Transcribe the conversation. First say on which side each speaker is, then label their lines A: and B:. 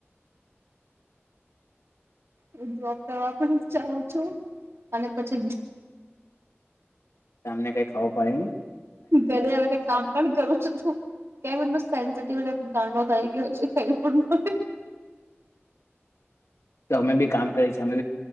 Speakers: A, on the right; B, on the left.
A: હ જોબ કરવા પણ જાઉું છું અને પછી
B: સામને કઈ ખવા પડ ન
A: બરિયા બધ કામ પણ ઘણું છ તું કેમ એ સેન્સટ દાંડો થઈ ગયો છે ક પણ
B: તો અમે ભી કામ કરે છીએ અમે